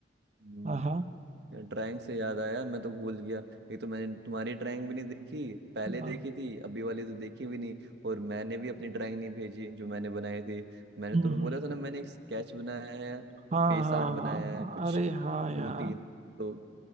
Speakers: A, on the right; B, on the right.
A: हम्म।
B: हाँ हाँ
A: यार ड्राइंग से याद आया मैं तो भूल गया एक तो मैंने तुम्हारी ड्राइंग भी नहीं देखी पहले
B: हाँ।
A: देखी थी अभी वाली तो देखी भी नहीं और मैंने भी अपनी ड्राइंग नहीं भेजी जो मैंने बनाई थी मैंने
B: हम्म,
A: तुम्हें
B: हम्म।
A: बोला था ना मैंने एक स्केच बनाया है
B: हाँ
A: फेस
B: हाँ
A: आर्ट बनाया
B: हाँ
A: है कुछ
B: हाँ, अरे हाँ
A: दो
B: यार
A: तीन तो